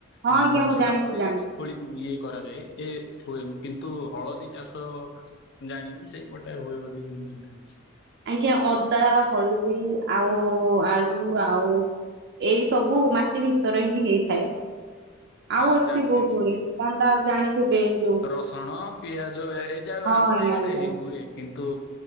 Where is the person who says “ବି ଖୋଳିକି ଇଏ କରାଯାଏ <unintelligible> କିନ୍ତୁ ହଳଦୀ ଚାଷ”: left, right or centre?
Left